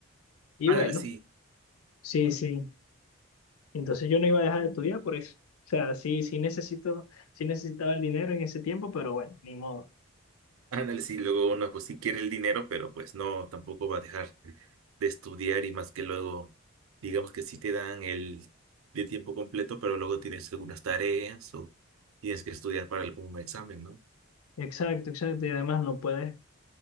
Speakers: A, on the left (about 80°); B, on the right (about 75°).
A: Y
B: Ándale,
A: bueno,
B: sí,
A: sí, sí. Entonces yo no iba a dejar de estudiar por eso. O sea, sí, sí necesito, sí necesitaba el dinero en ese tiempo, pero bueno, ni modo.
B: ándale, sí, luego uno pues sí quiere el dinero, pero pues no, tampoco va a dejar de estudiar y más que luego, digamos que sí te dan el de tiempo completo, pero luego tienes algunas tareas o tienes que estudiar para algún examen, ¿no?
A: Exacto, exacto. Y además no puedes,